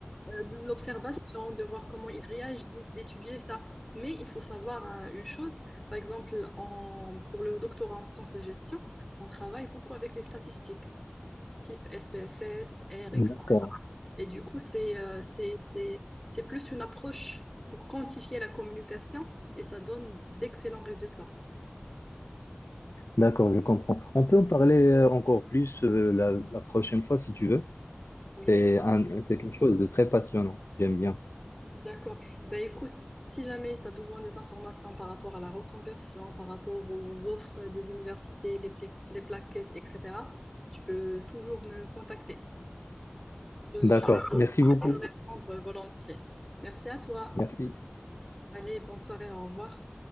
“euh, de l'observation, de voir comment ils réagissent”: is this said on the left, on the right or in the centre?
Centre